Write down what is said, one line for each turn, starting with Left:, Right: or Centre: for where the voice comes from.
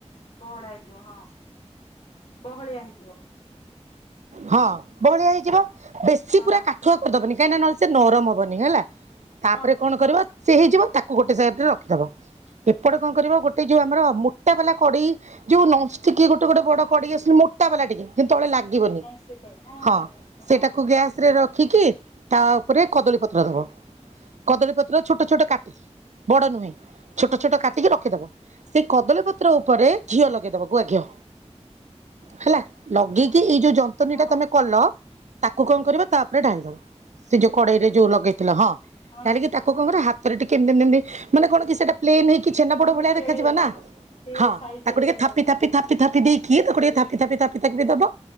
Left: ବହଡା ଏଇଥିବ ହଁ ବହଳିଆ ହେଇଯିବ।
Right: ହଁ ବହଳିଆ ହେଇଯିବ। ବେଶୀ
Left: ହଁ
Right: ପୁରା କାଠୁଆ କରିଦବନି କାହିଁକି ନହଲେ ସେ ନରମ ହବନି ହେଲା ତାପରେ
Left: ହଁ
Right: କଣ
Left: ହଁ
Right: କରିବ ସେ ହେଇଯିବ ତାକୁ ଗୋଟେ ସାଇଟରେ ରଖିଦବ। ଏପଟେ କଣ କରିବ
Left: ହଁ
Right: ଗୋଟେ ଯୋଉ ଆମର ଅମ ମୋଟା ବାଲା କଢ଼େଇ ଯୋଉ ନନଷ୍ଟିକ ଗୋଟେ ଗୋଟେ ବଡ କଡେଇ ଆସୁନି ମୋଟା ବାଲା ଟିକେ କିନ୍ତୁ ତଳେ ଲାଗିବନି।
Left: ସେ କହିବ ହଁ।
Right: ହଁ
Left: ନିଶ୍ଚୟ
Right: ସେଟାକୁ
Left: ହଁ
Right: ଗ୍ୟାସ ରେ ରଖିକି ତା ଉପରେ କଦଳୀ ପତ୍ର ଦବ। କଦଳୀ ପତ୍ର ଛୋଟ
Left: ହଁ
Right: ଛୋଟ
Left: ହଁ
Right: କାଟି ବଡ ନୁହେଁ। ଛୋଟ ଛୋଟ
Left: ହଁ
Right: କାଟିକି ରଖିଦବ। ସେଇ କଦଳୀ ପତ୍ର ଉପରେ
Left: ହଁ ହଁ
Right: ଘିଅ ଲଗେଇଦବ ଗୁଆ ଘିଅ। ହେଲା ଲଗେଇକି
Left: ହଁ ହଁ
Right: ଏଇ ଯୋଉ ଯନ୍ତନୀ
Left: ହଁ
Right: ଟା
Left: ହଁ ହଁ
Right: ତମେ କଲ ତାକୁ କଣ କରିବ ତାପ ଉପରେ ଢାଳିଦବ। ସେ
Left: ତାକୁ
Right: ଯୋଉ କଡେଇରେ
Left: ଢାଳିଦବ
Right: ଯୋଉ
Left: ହଁ
Right: ଲଗେଇଥିଲ ହଁ
Left: ହଁ
Right: ଢାଳିକି ତାକୁ କଣ କରିବ ହାତରେ ଟିକେ ଏମିତି ଏମିତି ଏମିତି ମାନେ କଣ କି ସେଇଟା ପ୍ଲେନ ହେଇକି ଛେନା
Left: ମାନେ
Right: ପୋଡ
Left: ଟିକେ
Right: ଭଳିଆ
Left: ଖେଳେଇଦବ
Right: ଦେଖାଯିବ ନା
Left: ଆପଣ ଟିକେ
Right: ହଁ
Left: ସାଇଜ
Right: ତାକୁ
Left: ହେଇ
Right: ଟିକେ
Left: ଖେଳେଇଦବ
Right: ଥାପି
Left: ତମ
Right: ଥାପି
Left: ହଁ
Right: ଥାପି ଥାପ ପି ଦେଇକି ତାକୁ ଟିକେ ଥାପି ଥାପି ଥାପି ଥପିବି
Left: ହଁ
Right: ଦବ